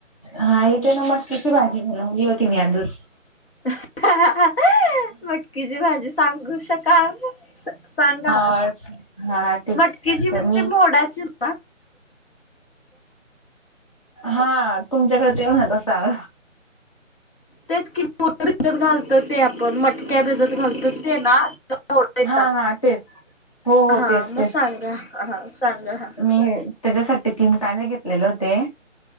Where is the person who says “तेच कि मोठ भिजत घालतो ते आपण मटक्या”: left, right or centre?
Left